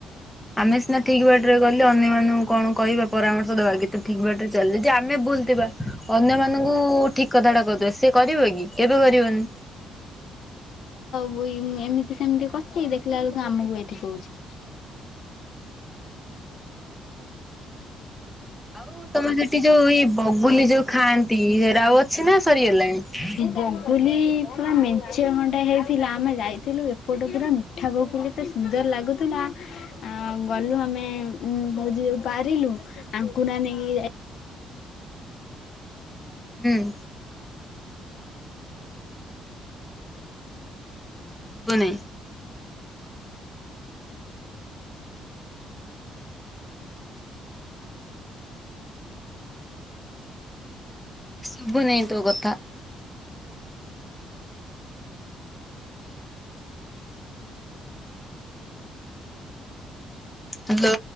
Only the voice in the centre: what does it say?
ଆମେ ସିନା ଠିକ ବାଟରେ ଗଲେ ଅନ୍ୟମାନଙ୍କୁ କଣ କହିବା ପରାମ ଦବା କି ତୁ ଠିକ ବାଟରେ ଚାଲ ଯେ ଆମେ ଭୁଲଥିବା ଅନ୍ୟ ମାନଙ୍କୁ ଠିକ କଥାଟା କହୁଥିବା ସେ କରିବ କି କେବେ କରିବନି।
ଆଉ ତମର ସେଠି ଯୋଉ ଇ ବଗୁଲି ଯୋଉ ଖାଆନ୍ତି ସେରା ଆଉ ଅଛି ନା ସରିଗଲାଣି।
ହୁଁ। ଶୁଭୁନି। ଶୁଭୁନି ତୋ କଥା। ହାଲୋ।